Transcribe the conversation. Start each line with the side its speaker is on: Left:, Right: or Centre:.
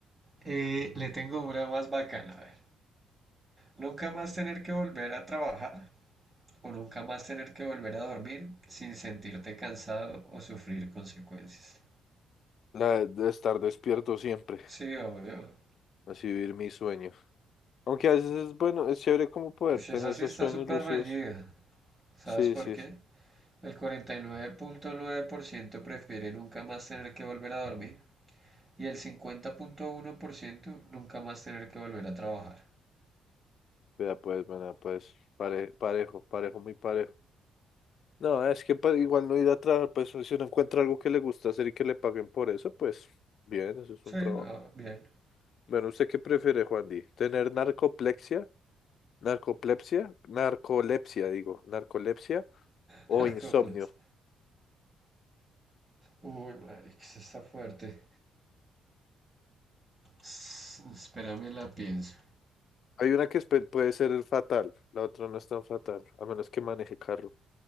Right: Eh, le tengo una más bacana, a ver. Nunca más tener que volver a trabajar o nunca más tener que volver a dormir sin sentirte cansado o sufrir consecuencias.
Left: La de estar despierto siempre,
Right: Sí, obvio.
Left: así vivir mis sueños. Aunque a veces es bueno, es chévere como poder
Right: Ush,
Left: tener
Right: esa sí
Left: esos
Right: está
Left: sueños
Right: súper
Left: lúcidos.
Right: reñida. ¿Sabes
Left: Sí,
Right: por
Left: sí,
Right: qué?
Left: sí.
Right: El 49.9% prefiere nunca más tener que volver a dormir y el 50.1% nunca más tener que volver a trabajar.
Left: Vea pues, bueno, pues, pare- parejo, parejo, muy parejo. No, es que pa- igual no ir a trabajar, pues si uno encuentra algo que le gusta hacer y que le paguen por eso, pues bien, eso es un
Right: Sí,
Left: trabajo.
Right: no, bien.
Left: Bueno, ¿usted qué prefiere, Juan Di? ¿Tener narcoplexia? narcolepsia narcolepsia, digo, narcolepsia o
Right: <laughs> Narcóplanos.
Left: insomnio.
Right: Uy, madre, que eso está fuerte. S- Espérame, la pienso.
Left: Hay una que es pe- puede ser fatal, la otra no es tan fatal, a menos que maneje carro.